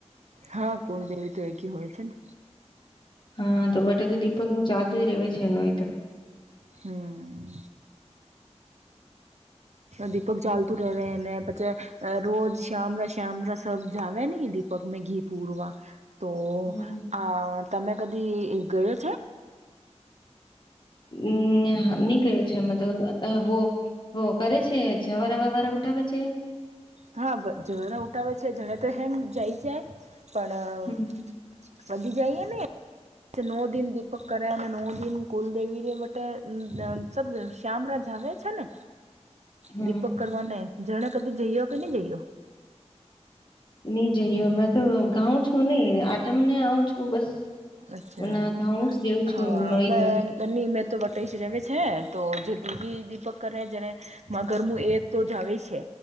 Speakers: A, on the right; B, on the left.
A: હા કુલદેવી તો એકી હોય છે ને
B: હા તો બટે તો દીપક નું ચાલતું જ રવે છે એનું
A: હમ દીપક ચાલતુ રેવે ને પછે રોજ શામ કેમરા સબ જાવે ની દીપક મે ઘી પૂરવા તો
B: હમ્મ.
A: આ તમે કદી ગયો છે
B: હમ ની ગયો છે મેં તો ધુંવો હો કરે છે જવારા વવારા ઉઠાવે છે
A: હા જવારા ઉઠાવે છે જણે તો હેમ જાય જાય પણ
B: હમ્મ
A: વધી જાય એ ને નો દિન દીપક કરે અને નો દિન કુલદેવી રે બટ સબ શામ રાજ જવે છે ને
B: હમ્મ.
A: દીપક કરવાને જણે કદી જઈ્યો કે નહી જઈયો
B: નઈ જઈએ અમે તો ગાઉં છું. ને આટમને આવ છું. બસ
A: અચ્છા
B: ના ગાઉં જ રેવું છું
A: હા
B: નોઈ
A: મે
B: દન
A: નિમે તો બતાય જ ર છે તો જે દીદી દીપક કરે જેને મા ઘરમું એક તો જ આવે છે